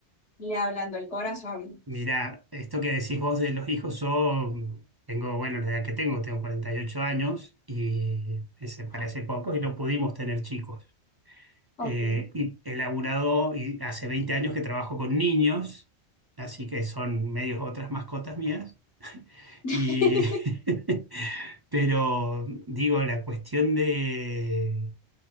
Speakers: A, on the left; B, on the right.
A: Le hablando el corazón.
B: Mira, esto que decís vos de los hijos, yo tengo, bueno, la edad que tengo, tengo 48 años y me separé hace poco y no pudimos tener chicos.
A: Ok.
B: Eh, y he laburado y hace 20 años que trabajo con niños, así que son medios otras mascotas mías.
A: <laughs>
B: Y, <laughs> pero digo, la cuestión de,